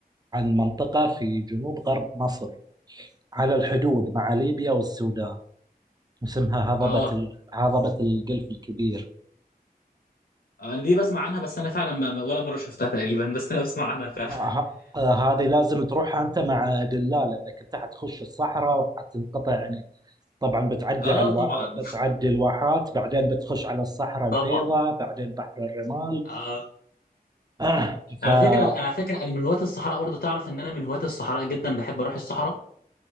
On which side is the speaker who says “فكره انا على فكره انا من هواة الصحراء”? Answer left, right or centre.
Left